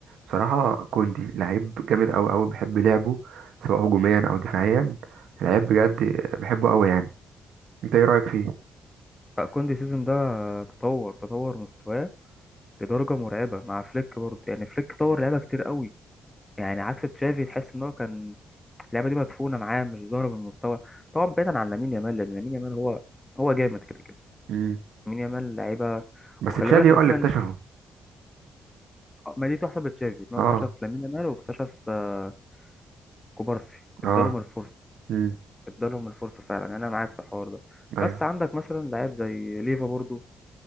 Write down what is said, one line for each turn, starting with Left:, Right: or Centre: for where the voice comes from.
Right: بصراحه كوندي لعيب جامد قوي قوي بحب لعبه سواء هجوميا او دفاعيا لعيب بجد بحبه قوي يعني انت ايه رايك فيه
Left: كوندي السيزون ده تطور تطور مستواه لدرجة مرعبة مع فليك برضه يعني فليك طور لعيبة كتير قوي يعني عكس تشافي تحس ان هو كان اللعبة دي مدفونة معاه مش ظاهرة بالمستوى طبعا بعيدا عن لامين يامال لان لامين يامال هو هو جامد كده كده
Right: امم
Left: لامين يامال لعيبة
Right: بس
Left: وخلي
Right: تشافي
Left: بالك
Right: هو
Left: نسينا
Right: اللي اكتشفه
Left: ما دي تحسب لتشافي ان
Right: اه
Left: هو اكتشف لامين يامال واكتشف آه، كوبارسي ادالهم
Right: اه
Left: الفرصة
Right: امم
Left: ادالهم الفرصة فعلا يعني انا معاك في الحوار ده
Right: ايوه
Left: بس عندك مثلا لعيب زي ليفا برضه